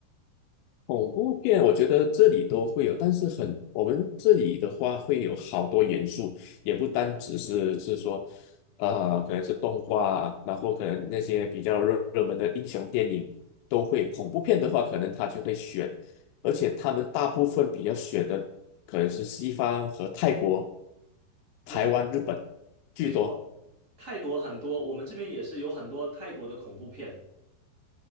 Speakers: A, on the left; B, on the right.
A: 恐怖片，我觉得这里都会有，但是很，我们这里的话会有好多元素，也不单只是是说，呃，可能是动画啊，然后可能那些比较热热门的英雄电影都会。恐怖片的话，可能他就会选，而且他们大部分比较选的可能是西方和泰国、台湾、
B: 没错。
A: 日本居多。
B: 没错，泰国很多，我们这边也是有很多泰国的恐怖片。